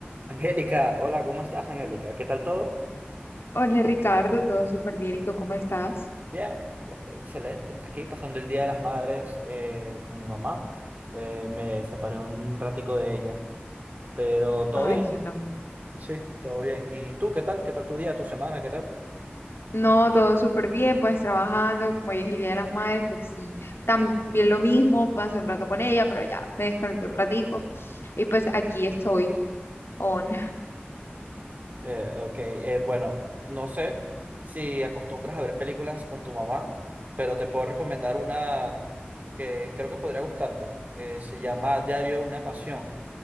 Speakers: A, on the right; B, on the left.
A: Angélica, hola, ¿cómo estás, Angélica? ¿Qué tal todo?
B: Hola Ricardo, todo súper bien. ¿Y tú cómo estás?
A: Bien, excelente. Aquí pasando el Día de las Madres eh, con mi mamá. Eh, me separé un ratico de ella, pero todo
B: Ay,
A: bien.
B: yo también.
A: Sí, todo bien. ¿Y tú qué tal? ¿Qué tal tu día, tu semana? ¿Qué tal?
B: No, todo súper bien, pues trabajando, como hoy es el Día de las Madres, pues sí, también lo mismo, pasé un rato con ella, pero ya me desconecté un ratico y pues aquí estoy on.
A: Eh, ok, eh, bueno, no sé si acostumbras a ver películas con tu mamá, pero te puedo recomendar una que creo que podría gustarte. Eh, se llama Diario de
B: Uf,
A: una Pasión,